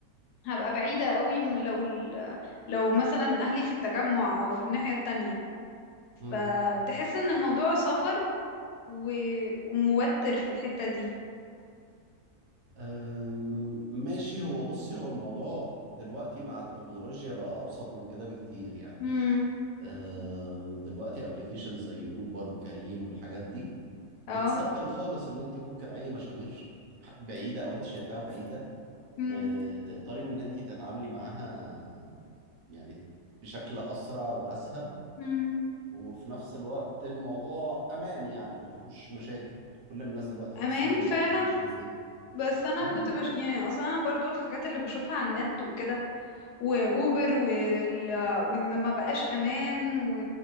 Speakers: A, on the left; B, on the right.
A: هبقى بعيدة قوي من لو ال- لو مثلا اهلي في التجمع او في الناحية التانية فتحس
B: لي
A: ان الموضوع سفر و... وموتر في الحتة دي
B: أم، ماشي هو بصي هو الموضوع دلوقتي مع التكنولوجيا بقى أبسط من كده بكتير يعني
A: امم
B: أم، دلوقتي ابلكيشن زي أوبر وكريم والحاجات دي
A: اه
B: بتسهل خالص إن أنت ممكن أي مشاوير بعيدة أو أنت شايفاها بعيدة
A: امم
B: أه، تقدري إن أنت تتعاملي معاها يعني بشكل أسرع وأسهل
A: امم
B: وفي نفس الوقت الموضوع أمان يعني ما فيهوش مشاكل كل الناس دلوقتي
A: امان
B: بتستخدم
A: فعلا
B: الابلكيشنز
A: بس انا
B: دي
A: كنت بش... يعني اصلا انا برضو الحاجات اللي بشوفها على النت وكده واوبر وال... وان ما بقاش امان و...